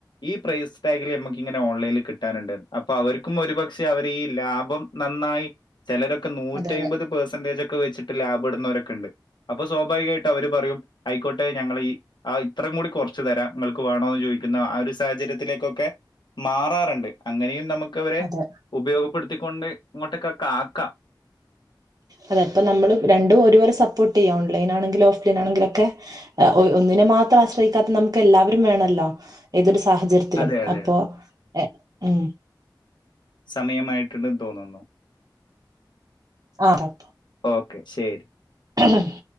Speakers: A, on the left (about 70°); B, on the right (about 55°).
A: ഈ പ്രൈസ് ട്ടാഗിൽ നമുക്ക് ഇങ്ങനെ ഓൺലൈനിൽ കിട്ടാനുണ്ട്ന്ന് അഹ് അപ്പവര്ക്കും ഒരുപക്ഷെ അവര് ഈ ലാഭം നന്നായി ചെലരൊക്കെ നൂറ്റയ്മ്പത്
B: അതെ അതെ
A: പ പേഹ്‌സന്റേജൊക്കെ വെച്ച്ട്ട് ലാഭ ഇട്ന്ന വരെക്കെണ്ട് അപ്പൊ സ്വാഭാവികായിട്ട് അവര് പറയും അയ്ക്കോട്ടെ ഞങ്ങള് ഈ ആഹ് ഇത്രം കൂടി കൊർച്ച് തരാം ഇങ്ങൾക്ക് വേണോന്ന് ചോയ്ക്കുന്ന ആഹ് ഒരു സാഹജര്യത്തിലേക്കൊക്കെ മാറാറ്ണ്ട് അങ്ങനെയും നമ്മ ക്കവരെ
B: അതെ
A: ഉപയോഗപ്പെടുത്തിക്കൊണ്ട് ഇങ്ങോട്ടെക്കൊക്കെ ആക്കാം
B: അതെ ഇപ്പൊ നമ്മള് രണ്ടും ഒരുപോലെ സപ്പോട്ടയ്യാം ഓൺലൈൻ ആണെങ്കിലും ഓഫ് ഓഫ്ലൈനാണെങ്കിലും ഒക്കെ ആഹ് ഒന്നിനെ മാത്രം ആശ്രയിക്കാത്ത നമുക്ക് എല്ലാവരും വേണല്ലോ ഏതൊരു സാഹജര്യത്തിലും
A: അതെ അതെ
B: അപ്പൊ എഹ് ഉം.
A: സമയമായിട്ടുണ്ട് തോന്ന്ന്നു
B: ആഹ് ഓക്കെ
A: ഓക്കെ ശെരി
B: <unintelligible>